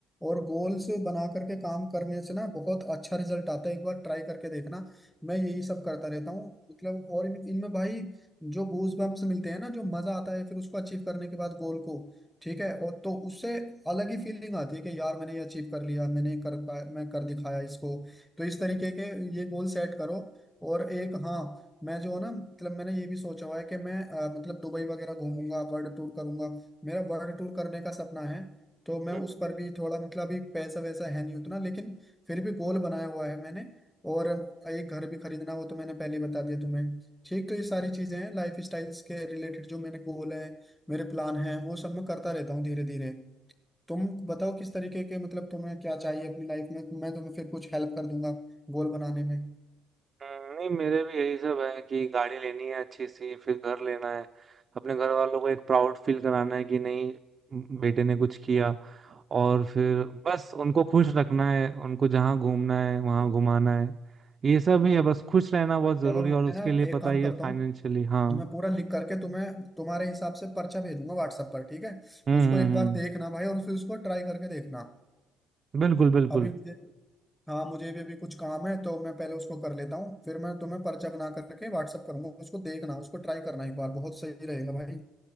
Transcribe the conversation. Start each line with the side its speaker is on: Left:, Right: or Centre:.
Centre: और गोल्स बना करके काम करने से ना बहुत अच्छा रिजल्ट आता है एक बार ट्राई करके देखना मैं यही सब करता रहता हूँ मतलब और इन- इनमें भाई जो गूज बम्प्स मिलते हैं ना जो मजा आता है फिर उसको अचीव करने के बाद गोल को ठीक है और तो उससे अलग ही फीलिंग आती है कि यार मैंने ये अचीव कर लिया मैंने कर पाया मैं कर दिखाया इसको तो इस तरीके के ये गोल सेट करो और एक हाँ मैं जो है ना मतलब मैंने ये भी सोचा हुआ है कि मैं अ, मतलब दुबई वगैरह घूमूंगा वर्ल्ड टूर करूंगा मेरा वर्ल्ड टूर करने का सपना है तो मैं
Right: हम्म,
Centre: उस पर भी थोड़ा मतलब अभी पैसा वैसा है नहीं उतना लेकिन फिर भी गोल बनाया हुआ है मैंने और एक घर भी खरीदना हो तो मैंने पहले ही बता दिया तुम्हें ठीक तो ये सारी चीजें हैं लाइफ स्टाइल्स के रिलेटेड जो मेरे गोल है मेरे प्लान हैं वो सब मैं करता रहता हूँ धीरे धीरे तुम बताओ किस तरीके के मतलब तुम्हें क्या चाहिए अपनी लाइफ में मैं तुम्हें फिर कुछ हेल्प कर दूंगा गोल बनाने में
Right: हम्म, नहीं मेरे भी यही सब है कि गाड़ी लेनी है अच्छी सी फिर घर लेना है अपने घर वालों को एक प्राउड फील कराना है कि नहीं म, बेटे ने कुछ किया और फिर बस उनको खुश रखना है उनको जहाँ घूमना है वहाँ घुमाना है ये सब ही है बस खुश रहना बहुत जरूरी
Centre: चलो मैं
Right: है और उसके
Centre: ना
Right: लिए
Centre: एक
Right: पता
Centre: काम
Right: ही
Centre: करता
Right: है फाइनेंशियली
Centre: हूँ
Right: हाँ
Centre: मैं पूरा लिख करके तुम्हें तुम्हारे हिसाब से पर्चा भेजूंगा व्हाट्सएप पर ठीक है
Right: हम्म
Centre: उसको
Right: हम्म
Centre: एक बार
Right: हम्म
Centre: देखना भाई और फिर उसको ट्राई करके देखना
Right: बिल्कुल बिल्कुल
Centre: अभी मुझे हाँ मुझे भी अभी कुछ काम है तो मैं पहले उसको कर लेता हूँ फिर मैं तुम्हें पर्चा बना करके व्हाट्सएप करूंगा उसको देखना उसको ट्राई करना एक बार बहुत सही रहेगा भाई